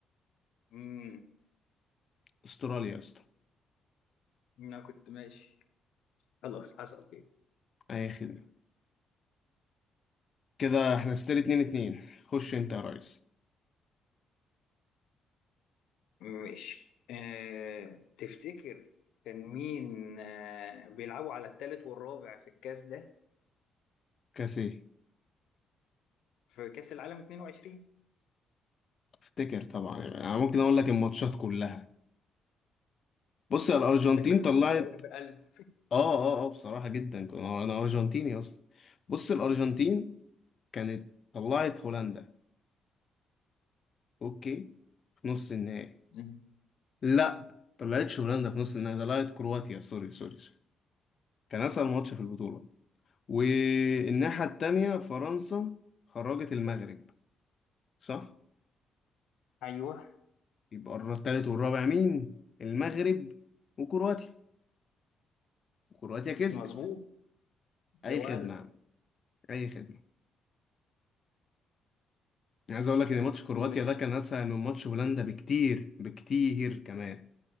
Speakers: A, on the left; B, on the left.
A: امم
B: استراليا يا اسطى
A: انا كنت ماشي خلاص حصل خير
B: اي خدمة كده احنا ستيل اتنين اتنين خش انت يا ريس
A: ماشي أه تفتكر كان مين أه بيلعبوا على الثالث والرابع في الكاس ده
B: كاس ايه
A: في كاس العالم 22
B: افتكر طبعا يعني انا ممكن اقول لك الماتشات كلها بص يا الارجنتين
A: شكلك
B: طلعت
A: كنت متابع بقلب
B: اه اه اه بصراحة جدا انا أنا ارجنتيني اصلا بص الارجنتين كانت طلعت هولندا اوكي في نص النهائي
A: مم.
B: لا طلعتش هولندا في نص النهائي طلعت كرواتيا سوري سوري سوري كان اسهل ماتش في البطولة والناحية التانية فرنسا خرجت المغرب صح
A: ايوه
B: يبقى التالت والرابع مين المغرب وكرواتيا وكرواتيا كسبت
A: مظبوط
B: اي
A: يا ولد
B: خدمه يا عم، اي خدمه أنا عايز اقول لك ان ماتش كرواتيا
A: ماشي
B: ده كان اسهل من ماتش هولندا بكتير بكتير كمان